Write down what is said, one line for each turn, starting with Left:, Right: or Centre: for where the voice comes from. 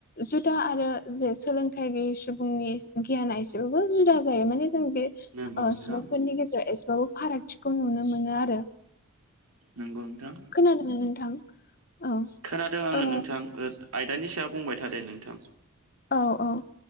Left: जुदा आरो जे सोलोंथाइ गैयै सुबुंनि गियाना एसेबाबो जुदा जायो माने जों बे
Right: नंगौ
Left: ओ
Right: नोंथां
Left: सुबुंफोरनि गेजेराव एसेबाबो फारागथिखौ नुनो मोनो आरो।
Right: नंगौ नोंथां
Left: खोनादों ना नोंथां? औ
Right: खोनादों आङो
Left: ओ
Right: नोंथां ओ आयदानि सायाव बुंबाय था दे नोंथां।
Left: औ औ